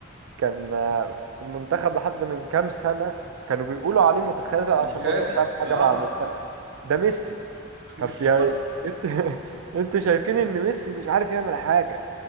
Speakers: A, on the right (about 75°); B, on the right (about 60°).
A: كان آه، في المنتخب لحد من كام سنة كانوا بيقولوا عليه متخاذل عشان
B: متخاذل
A: برضه مش عامل
B: اه
A: حاجة مع المنتخب
B: اه
A: ده ميسي
B: <laughs> بالظبط
A: طب يا انت <laughs> انتوا شايفين ان ميسي مش عارف يعمل حاجة